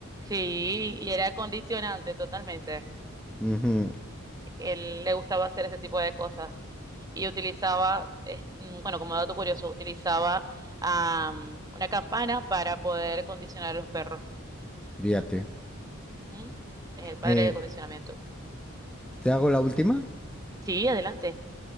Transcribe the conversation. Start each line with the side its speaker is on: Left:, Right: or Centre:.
Right: Sí, y era condicionante totalmente.
Centre: Ujú,
Right: él le gustaba hacer ese tipo de cosas y utilizaba, es- mm, bueno, como dato curioso, utilizaba am, una campana para poder condicionar a los perros.
Centre: Fíjate.
Right: Ujú. Es el padre
Centre: Eh,
Right: de condicionamiento.
Centre: ¿Te hago la última?
Right: Sí, adelante.